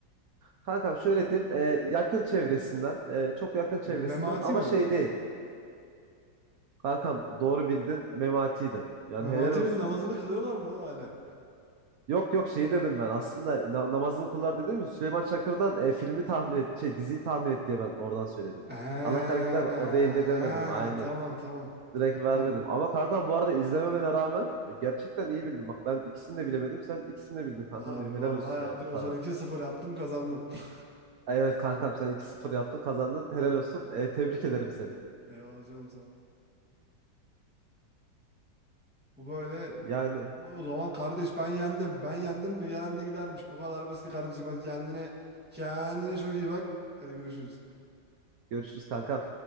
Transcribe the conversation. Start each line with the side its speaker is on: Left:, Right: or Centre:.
Right: Kankam şöyle diyeyim e, yakın çevresinden e, çok yakın çevresinden
Centre: Memati
Right: ama
Centre: mi?
Right: şey değil. Kankam doğru bildin Memati'ydi. Yani
Centre: Memati'nin
Right: helal olsun.
Centre: namazını kılıyorlar mı lan hala?
Right: Yok yok şey dedim ben aslında na- namazını kılar dedim ya Süleyman Çakır'dan e, filmi tahmin et şey diziyi tahmin et diye ben oradan söyledim.
Centre: Ha,
Right: Ana karakter o
Centre: ha,
Right: değil de demedim aynen.
Centre: tamam tamam.
Right: Direkt vermedim.
Centre: Tamam.
Right: Ama kankam bu arada izlememene rağmen gerçekten iyi bildin. Bak ben ikisini de bilemedim. Sen ikisini de bildin kankam
Centre: Harbi
Right: benim. Helal
Centre: vallahi
Right: olsun
Centre: yaptı.
Right: yani
Centre: O
Right: sana.
Centre: zaman iki sıfır yaptım kazandım. <laughs>
Right: Evet kankam sen iki sıfır yaptın kazandın. Helal olsun. E, tebrik ederim seni.
Centre: Eyvallah canım sağ ol. Bu böyle
Right: Yani
Centre: o o zaman kardeş ben yendim. Ben yendim. Bu yenen de gidermiş. Bu kadar basit kardeşim. Hadi kendine kendine çok iyi bak. Hadi görüşürüz.
Right: görüşürüz kankam.